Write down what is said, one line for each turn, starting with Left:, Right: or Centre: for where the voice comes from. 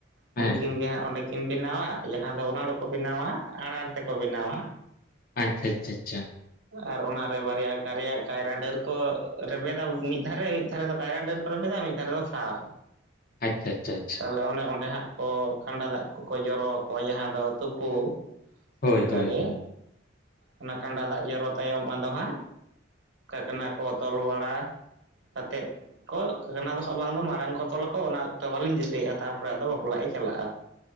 Left: ᱦᱮᱸ
Right: ᱩᱱᱠᱤᱱ ᱜᱮ ᱦᱟᱸᱜ ᱚᱸᱰᱮ ᱠᱤᱱ ᱵᱮᱱᱟᱣᱟ ᱡᱟᱦᱟᱸ ᱫᱚ ᱚᱱᱟ ᱫᱚᱠᱚ ᱵᱮᱱᱟᱣᱟ ᱟᱲᱟᱨ ᱛᱮᱠᱚ ᱵᱮᱱᱟᱣᱟ᱾
Left: ᱟᱪᱪᱷᱟ ᱟᱪᱷᱟ ᱟᱪᱷᱟ,
Right: ᱟᱨ ᱚᱱᱟᱨᱮ ᱵᱟᱨᱭᱟ ᱠᱟᱨᱮᱭᱟ ᱠᱟᱭᱨᱟ ᱰᱟᱹᱨ ᱠᱚ ᱨᱮᱵᱮᱫᱟ ᱢᱤᱫ ᱫᱷᱟᱨᱮ ᱢᱤᱫ ᱫᱷᱟᱨᱮ ᱫᱚ ᱠᱟᱭᱨᱟ ᱰᱟᱹᱨ ᱠᱚ ᱨᱮᱵᱮᱫᱟ ᱢᱤᱫ ᱫᱷᱟᱨᱮ ᱫᱚ ᱥᱟᱨ᱾
Left: ᱟᱪᱪᱷᱟ ᱟᱪᱪᱷᱟ ᱟᱪᱪᱷᱟ
Right: ᱛᱟᱞᱮ ᱚᱱᱮ ᱚᱸᱰᱮ ᱦᱟᱸᱜ ᱠᱚ ᱠᱷᱟᱸᱰᱟ ᱫᱟᱜᱽ ᱠᱚᱠᱚ ᱡᱚᱨᱚ ᱟᱠᱚᱣᱟ ᱡᱟᱦᱟᱸ ᱫᱚ ᱛᱩᱯᱩ᱾
Left: ᱦᱳᱭ
Right: ᱞᱮᱠᱟᱜᱮ
Left: ᱦᱳᱭ ᱦᱳᱭ
Right: ᱚᱱᱟ ᱠᱟᱸᱰᱟ ᱫᱟᱜᱽ ᱡᱚᱨᱚ ᱛᱟᱭᱚᱢ ᱟᱫᱚ ᱦᱟᱸᱜ, ᱠᱟᱱᱟ ᱠᱚ ᱛᱚᱞ ᱵᱟᱲᱟ ᱠᱟᱛᱮᱫ ᱚᱱᱟ ᱫᱚ ᱦᱟᱸᱜ ᱵᱟᱝ ᱫᱚ ᱢᱟᱲᱟᱝ ᱠᱚ ᱛᱚᱞᱟ ᱚᱱᱟ ᱚᱠᱛᱚ ᱵᱟᱞᱤᱧ ᱫᱤᱥᱟᱹᱭᱮᱫᱼᱟ ᱛᱟᱨᱯᱚᱨᱮ ᱟᱫᱚ ᱵᱟᱯᱞᱟᱜ ᱮ ᱪᱟᱞᱟᱜᱼᱟ᱾